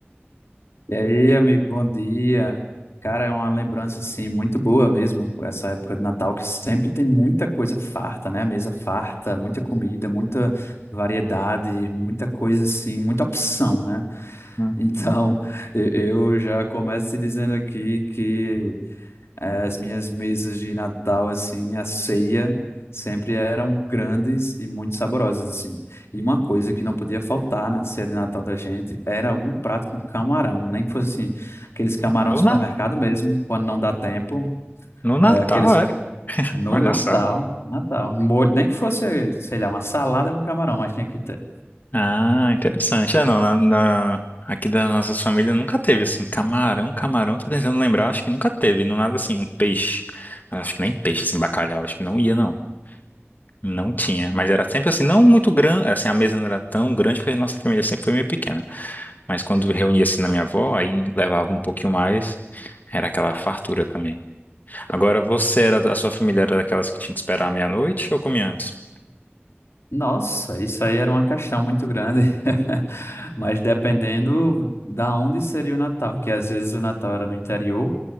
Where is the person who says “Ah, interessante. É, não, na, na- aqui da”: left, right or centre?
Left